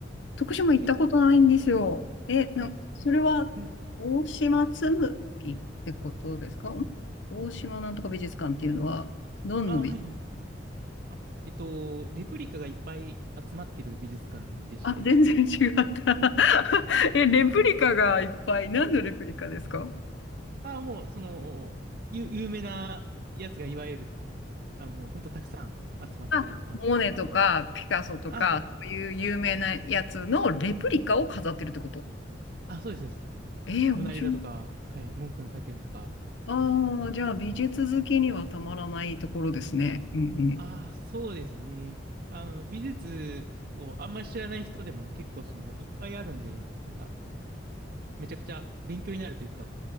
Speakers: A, on the left (about 75°); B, on the right (about 50°).
A: 徳島行ったことないんですよ。
B: け、
A: え、な、
B: あ、
A: それは大島紬ってことですかん大島なんとか美術館っていうのは、
B: うん。
A: どんの美、
B: あ、はいはい。あ、えっと、レプリカがいっぱい集まってる美術館でして、
A: <laughs> あ、全然違った <laughs> え、レプリカがいっぱい。何のレプリカですか
B: あ、もう、その、ゆ、有名なやつがいわゆる、あ、もう、ほんとたくさん集まってる、
A: あ、
B: まあ、
A: モネとかピカソとか、
B: あ、
A: そういう有名なやつのレプリカを飾ってるってこと
B: あ、そうです、そうです。
A: ええ面白い。
B: モナリザとか、はい、文句の叫びとか、
A: ああ、じゃあ美術好きにはたまらないところですね。うんうん。
B: ああ、そうですね。あの、美術をあんまり知らない人でも結構その、いっぱいあるんで、なんか、めちゃくちゃ勉強になるというか。